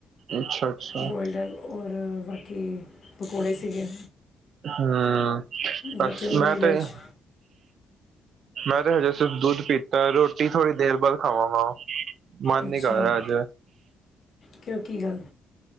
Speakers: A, on the right (about 60°); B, on the left (about 55°).
A: ਅੱਛਾ, ਅੱਛਾ।
B: ਬੋਇਲਡ ਐਗ ਔਰ ਬਾਕੀ, ਪਕੌੜੇ ਸੀਗੇ।
A: ਹਂ, ਪਰਸ
B: ਬੱਚਿਆਂ ਨੂੰ ਵੀ
A: ਮੈਂ
B: ਲੰਚ
A: ਤੋ ਹਂ। ਮੈਂ ਤੇ ਹਜੇ ਸਿਰਫ਼ ਦੁੱਧ ਪੀ ਤਾਂ ਰੋਟੀ ਥੋੜ੍ਹੀ ਦੇਰ ਬਾਅਦ ਖਾਵਾਂਗਾ। ਮਨ
B: ਅੱਛਾ
A: ਨੀਂ ਕਰ ਰਿਆ ਅੱਜ।
B: ਕਿਉਂ ਕੀ ਗੱਲ